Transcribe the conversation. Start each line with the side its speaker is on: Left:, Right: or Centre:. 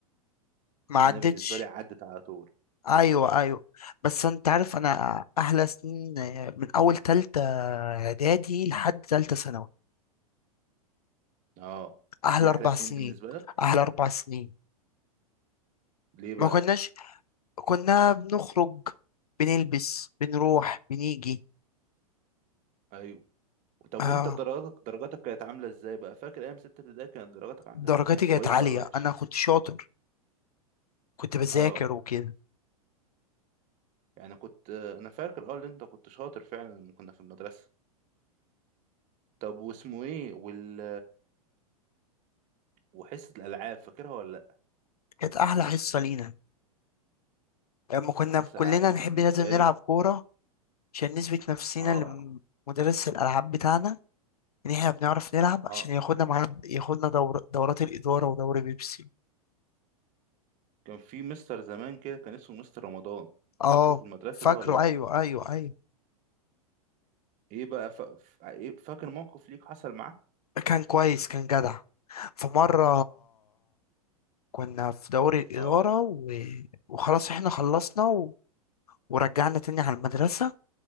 Left: ما
Right: انا
Left: عدتش
Right: بالنسبه لي عدت على طول
Left: ايوه ايوه بس انت عارف انا احلى سنين من اول تالتة اعدادي لحد تالتة ثانوي
Right: اه
Left: احلى
Right: دي
Left: اربع
Right: احلى سنين
Left: سنين
Right: بالنسبه لك
Left: احلى اربع سنين
Right: ليه بقى
Left: ما كناش كنا بنخرج بنلبس بنروح بنيجي
Right: ايوه طب
Left: اه
Right: وانت درجاتك درجاتك كانت عامله ازاي بقى فاكر ايام سته ابتدائي كانت درجاتك عامله
Left: درجاتي
Right: ازاي كانت
Left: كانت
Right: كويسه
Left: عالية
Right: ولا وحشه
Left: أنا كنت شاطر كنت بذاكر
Right: اه
Left: وكده
Right: يعني كنت انا فاكر اه ان انت كنت شاطر فعلا لما كنا في المدرسه طب واسمه ايه وال وحصه الالعاب فاكرها ولا لا
Left: كانت أحلى حصة لينا لما كنا
Right: انا حصه
Left: كلنا
Right: الالعاب دي
Left: نحب
Right: بالنسبه
Left: لازم نلعب
Right: لي
Left: كورة عشان نثبت نفسينا
Right: اه
Left: لمدرس الألعاب بتاعنا إن إحنا بنعرف نلعب
Right: اه
Left: عشان ياخدنا معانا ياخدنا دور... دورات الإدارة ودوري بيبسي
Right: كان في مستر زمان كده كان اسمه مستر رمضان
Left: اه
Right: فاكره في المدرسة
Left: فاكره
Right: ده ولا لأ؟
Left: أيوه أيوه أيوه
Right: ايه بقى ف... ف... إيه فاكر موقف ليك حصل معاه
Left: كان كويس كان جدع في مرة كنا في دوري الإدارة
Right: اه
Left: و... وخلاص إحنا خلصنا و... ورجعنا تاني على المدرسة